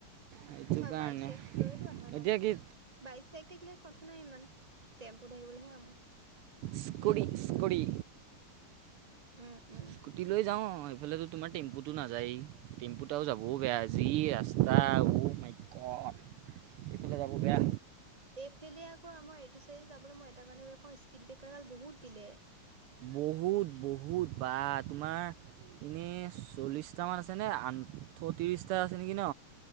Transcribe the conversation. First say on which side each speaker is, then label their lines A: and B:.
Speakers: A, on the right (about 80°); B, on the right (about 15°).
A: সেইটো
B: অ',
A: কাৰণে
B: বাইক চাইক লৈয়তো আহা ন।
A: এতিয়া কি
B: বাইক চাইক থাকিলা কথা নাই ইমান টেম্পুত আহিবলৈ আমাৰ
A: স্কুৰি
B: উম
A: স্কুৰি।
B: উম উম
A: স্কুটি লৈ যাওঁ এইফালেতো তোমাৰ টেম্পুটো নাযায়েই। টিম্পুতটাও যাব বেয়া যি ৰাস্তা ও মাই গ'ড। এইফালে যাব বেয়া।
B: এইফালে আকৌ আমাৰ এইটো চাইডে যাবলৈ মই এটাৰ কাৰণে বেয়া পাওঁ স্পীড ব্ৰেকাৰ গাল বহুত দিলে।
A: বহুত, বহুত বা তোমাৰ এনেই চল্লিছ দুটামান আছেনে আনঠো ত্ৰিছটা আছে নেকি ন।